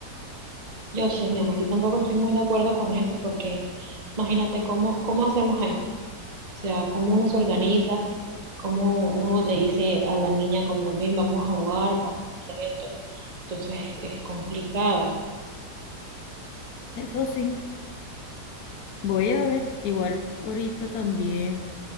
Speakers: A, on the right (about 25°); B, on the left (about 70°).
A: Yo sé, mi amor, yo tampoco estoy muy de acuerdo con eso porque imagínate cómo, cómo hacemos ahí, o sea, cómo uno se organiza, cómo uno le dice a la niña como, ven, vamos a jugar, vamos a hacer esto. Entonces es complicado.
B: Eso sí, voy a ver, igual ahorita también